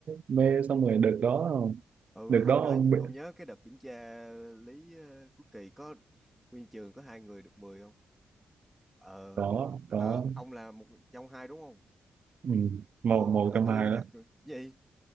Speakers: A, on the right (about 50°); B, in the centre.
A: mê xong rồi được đó
B: Ừ
A: được
B: hồi
A: đó ông
B: đó
A: bị-
B: ông nhớ cái đợt kiểm tra lý ờ, cuối kỳ có nguyên trường có hai người được 10 không? Ờ
A: có có
B: đó ông là một trong hai đúng không?
A: ừ, một
B: Ừ
A: một
B: là
A: trong
B: tôi
A: hai
B: là
A: đó
B: người- gì?